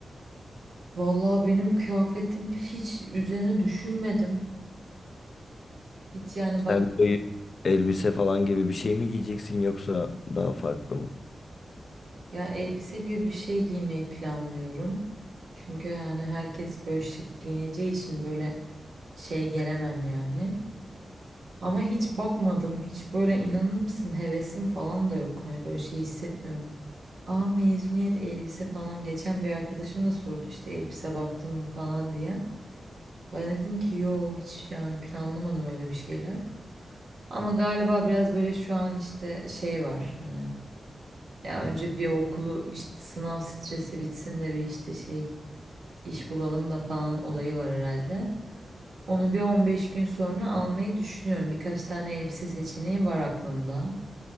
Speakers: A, on the right; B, on the left.
A: Vallahi benim kıyafetim hiç üzerine düşünmedim. Hiç yani
B: Sen
A: bak
B: dayı elbise falan gibi bir şey mi giyeceksin yoksa daha farklı mı?
A: ya elbise gibi bir şey giymeyi planlıyorum. Çünkü yani herkes böyle şık giyineceği için böyle şey gelemem yani. Ama hiç bakmadım. Hiç böyle inanır mısın hevesim falan da yok. Hani böyle şey hissetmiyorum. Aa mezuniyet elbise falan. Geçen bir arkadaşım da sordu işte elbise baktın mı falan diye. Ben dedim ki yo hiç yani planlamadım öyle bir şeyler. Ama galiba biraz böyle şu an işte şey var hani. Ya önce bir okulu işte sınav stresi bitsin de bir işte şey iş bulalım da falan olayı var herhalde. Onu bir 15 gün sonra almayı düşünüyorum. Birkaç tane elbise seçeneği var aklımda.